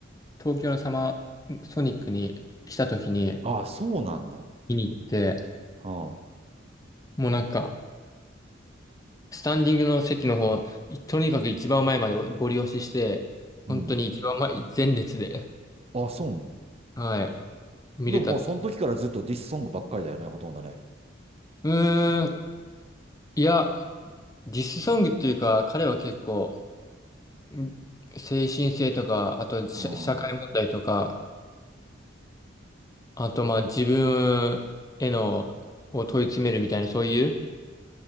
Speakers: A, on the left; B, on the right.
A: 東京のサマーソニックに来た時に
B: ああ、そうなんだ。は
A: 見に行って、
B: あ、
A: もうなんか、スタンディングの席の方、いとにかく一番前までご利用しして、
B: うん。
A: 本当に一番前、<laughs> 前列で、
B: ああ、そうなの。
A: はい、見れたって。
B: でももうその時からずっとディスソングばっかりだよね、ほとんどね。
A: うーん、いや、ディスソングっていうか、彼は結構、ん精神性とか、あと社、
B: うん。
A: 社会問題とか、
B: う
A: あとまあ自分への、を問い詰めるみたいな、そういう、